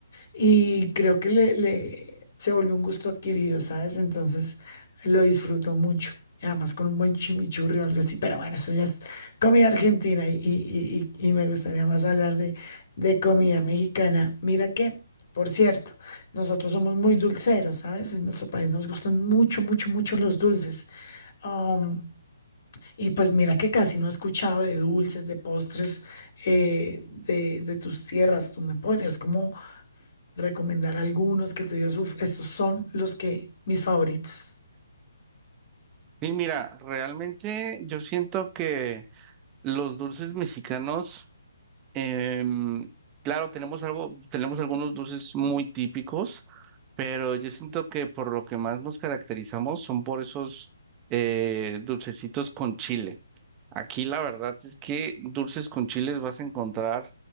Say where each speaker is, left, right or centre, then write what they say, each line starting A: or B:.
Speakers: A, on the left; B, on the right.
A: y creo que le, le- se volvió un gusto adquirido, ¿sabes? Entonces lo disfruto mucho. y Además con un buen chimichurri o algo así, pero bueno, eso ya es comida argentina y, y- y- y me gustaría más hablar de, de comida mexicana. Mira que, por cierto, nosotros somos muy dulceros, ¿sabes? En nuestro país nos gustan mucho, mucho, mucho los dulces. Um, y pues mira que casi no he escuchado de dulces, de postres, eh, de, de tus tierras. ¿Tú me podrías como recomendar algunos que tú digas, uff, estos son los que, mis favoritos?
B: Sí, mira, realmente yo siento que los dulces mexicanos, em, claro, tenemos algo, tenemos algunos dulces muy típicos, pero yo siento que por lo que más nos caracterizamos son por esos eh, dulcecitos con chile. Aquí la verdad es que dulces con chiles vas a encontrar